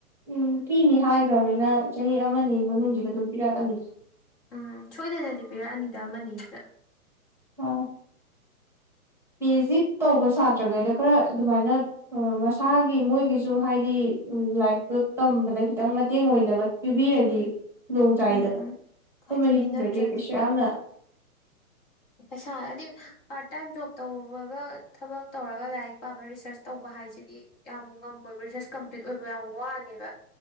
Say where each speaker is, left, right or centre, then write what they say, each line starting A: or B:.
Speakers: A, in the centre; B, on the left.
A: ꯎꯝ ꯄꯤꯅꯤ ꯍꯥꯏꯒ꯭ꯔꯃꯅꯤꯅ ꯆꯍꯤ ꯑꯃꯅꯤ ꯃꯅꯨꯡꯖꯤꯗ ꯑꯗꯨꯝ ꯄꯤꯔꯛꯑꯅꯤꯗ
B: ꯎꯝ ꯁꯣꯏꯗꯅꯗꯤ ꯄꯤꯔꯛꯑꯅꯤꯗ ꯑꯃꯅꯤꯖꯤꯗ
A: ꯑꯣ ꯄꯤ ꯑꯩꯆ ꯗꯤ ꯇꯧꯕ ꯁꯥꯇ꯭ꯔꯈꯩꯗ ꯈꯔ ꯑꯗꯨꯃꯥꯏꯅ ꯑ ꯃꯁꯥꯒꯤ ꯃꯣꯏꯒꯤ ꯁꯨ ꯍꯥꯏꯗꯤ ꯂꯥꯏꯔꯤꯛꯇꯣ ꯇꯝꯕꯗ ꯈꯤꯇꯪ ꯃꯇꯦꯡ ꯑꯣꯏꯅꯕ ꯄꯤꯕꯤꯔꯗꯤ ꯅꯣꯡ ꯆꯥꯏꯗꯅ
B: ꯎꯝ
A: ꯑꯩꯈꯣꯏ
B: ꯀꯥꯏꯗꯒꯤ
A: ꯃꯅꯤꯄꯨꯔꯗꯗꯤ
B: ꯅꯠꯇ꯭ꯔꯗꯤ
A: ꯀꯩꯁꯨ ꯌꯥꯝꯅ
B: ꯄꯩꯁꯥ ꯍꯥꯗꯤ ꯄꯥꯔꯠ ꯇꯥꯏꯝ ꯖꯣꯕ ꯇꯧꯕꯒ ꯊꯕꯛ ꯇꯧꯔꯒ ꯂꯥꯏꯔꯤꯛ ꯄꯥꯕ ꯔꯤꯁ꯭ꯔꯁ ꯇꯧꯕ ꯍꯥꯏꯁꯤꯗꯤ ꯌꯥꯝ ꯉꯝꯃꯣꯏꯕ ꯔꯤꯁ꯭ꯔꯁ ꯀꯝꯄ꯭ꯂꯤꯠ ꯑꯣꯏꯕ ꯌꯥꯝ ꯋꯥꯅꯦꯕ